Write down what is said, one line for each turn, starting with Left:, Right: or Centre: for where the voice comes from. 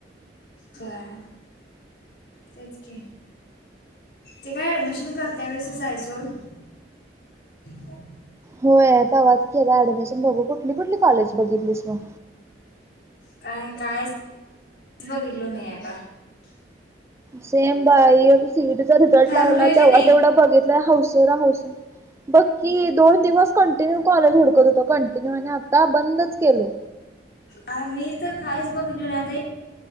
Left: व्हय तेच की ते काय ऍडमिशन करत्यावेळीस जाय सोड. ह
Right: होय तवाच की आता ऍडमिशन बघू कुठली कुठली कॉलेज बघितलीस मग?
Left: काय काय बघितलो नाही आता.
Right: सेम बाई सी ई टी चा रिझल्ट
Left: ठरवलोय
Right: लागला
Left: की
Right: तेव्हा
Left: नाही
Right: तेवढ बघितलंय हौसन हौस बक्की दोन दिवस कंटिन्यू कॉलेज हुडकत होतो कंटिन्यू आणि आता बंदच केलय.
Left: आम्ही तर काहीच बघितलो नाही आता